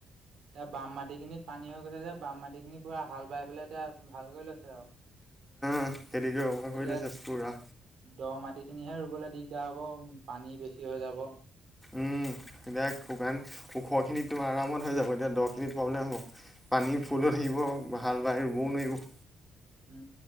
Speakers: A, on the right (about 70°); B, in the centre.
A: এতিয়া বাম মাটি খিনিত পানী হৈ গৈছে যে, বাম মাটি খিনি পুৰা হাল বাই পেলাই এতিয়া ভাল কৰি লৈছে আৰু। <inaudible>
B: <unintelligible> কৰি
A: এতিয়া
B: দিছে পুৰা
A: দ মাটি খিনিহে ৰুবলৈ দিগদাৰ হ'ব পানী বেছি হৈ যাব।
B: উম এতিয়া শুকান ওখখিনিত তু আৰামত হৈ যাব, এতিয়া দহ খিনিত প্ৰব্লেম হ'ব। পানী ফুলো থাকিব হাল বাই ৰুবও নোৱাৰিব।
A: উম